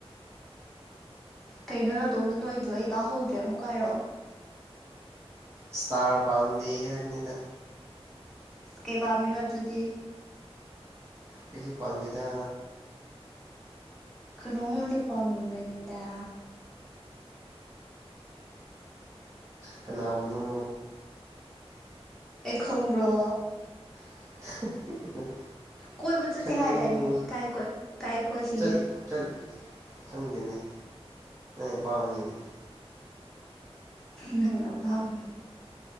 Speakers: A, in the centre; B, on the right.
A: ꯀꯩꯅꯣ ꯅꯅꯥꯇꯣꯝꯗ ꯅꯣꯏ ꯑꯩꯗꯣ ꯑꯩ ꯇꯥꯍꯧꯗ꯭ꯔꯦ ꯑꯃꯨꯛꯀ ꯍꯥꯏꯔꯛꯑꯣ
B: ꯁꯇꯥꯔ ꯄꯥꯗ ꯍꯥꯏꯅꯤꯗ
A: ꯀꯩꯕꯥꯃꯤꯅꯖꯗꯤ
B: ꯀꯁꯨꯁꯨ ꯄꯝꯅꯤꯗ
A: ꯀꯩꯅꯣꯡꯃꯗꯤ ꯄꯝꯝꯕꯒꯅꯤꯗ
B: ꯀꯅꯥꯕꯅ
A: ꯑꯩ ꯈꯪꯕ꯭ꯔꯣ
B: <inaudible>
A: ꯀꯣꯏ ꯗꯨ
B: ꯈꯪꯉꯨ
A: ꯆꯦꯍꯥꯏꯗꯅꯤ ꯀꯥꯏ ꯀꯣꯏ ꯀꯥꯏ ꯀꯣꯏ ꯁꯤꯒꯦ
B: ꯆꯠ ꯆꯠ ꯈꯪꯗꯦꯅꯦ ꯑ ꯄꯥꯝꯒꯦꯅꯦ
A: ꯅꯪꯄꯥꯃꯅꯤ